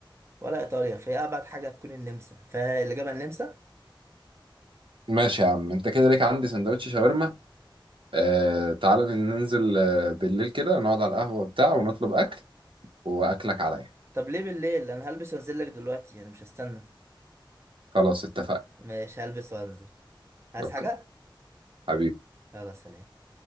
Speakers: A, on the right; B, on the right.
A: ولا ايطاليا فهي ابعد حاجه تكون النمسا فالاجابه النمسا
B: ماشي يا عم انت كده ليك عندي سندوتش شاورما آه تعالى ننزل آه، بالليل كده نقعد على القهوة بتاع ونطلب أكل وأكلك عليا
A: طب ليه بالليل انا هلبس وانزل لك دلوقتي يعني مش هستنى
B: خلاص اتفقنا
A: مش هلبس وانزل عايز
B: أوكي
A: حاجه
B: حبيبي
A: يلا سلام